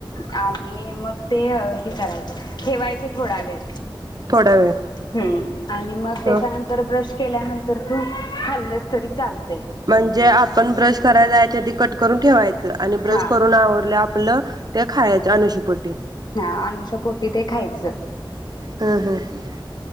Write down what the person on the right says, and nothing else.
थोडा वेळ
ह
म्हणजे आपण ब्रश करायला जायच्या आधी कट करून ठेवायचं. आणि ब्रश
करून आवरले आपलं ते खायच अनुषा पोटी.....
हम्म हम्म